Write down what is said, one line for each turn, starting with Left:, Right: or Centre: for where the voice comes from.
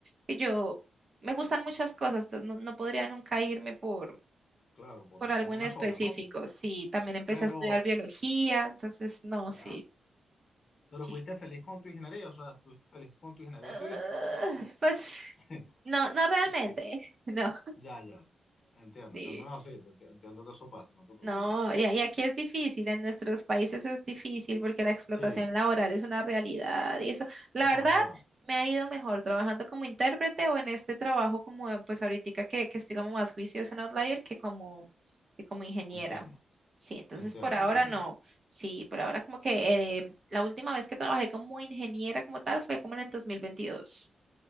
Right: que yo me gustan muchas cosas, entonces no, no podría nunca irme por,
Left: Claro, por,
Right: por algo
Left: por una
Right: en específico.
Left: sola, ¿no? Como-
Right: Sí, también empecé
Left: pero,
Right: a estudiar biología, entonces no,
Left: ya,
Right: sí,
Left: pero
Right: sí.
Left: fuiste feliz con tu ingeniería, o sea, estuviste feliz con tu ingeniería
Right: Ah,
Left: civil.
Right: pues
Left: <laughs>
Right: no, no realmente,
Left: Y que,
Right: <laughs> no,
Left: ya, ya, entiendo,
Right: sí.
Left: entiendo, no, sí, te- te- entiendo que eso pasa, no te preocupes.
Right: No, y y aquí es difícil, en nuestros países es difícil porque la explotación
Left: Sí,
Right: laboral es una realidad y eso, la
Left: No,
Right: verdad,
Left: es verdad.
Right: me ha ido mejor trabajando como intérprete o en este trabajo como pues ahorita que, que estoy como más juiciosa en Outlier que como, que como ingeniera.
Left: Entiendo,
Right: Sí, entonces
Left: entiendo,
Right: por ahora
Left: entiendo,
Right: no. Sí, por ahora como que eh, la última vez que trabajé como ingeniera como tal fue como en el 2022.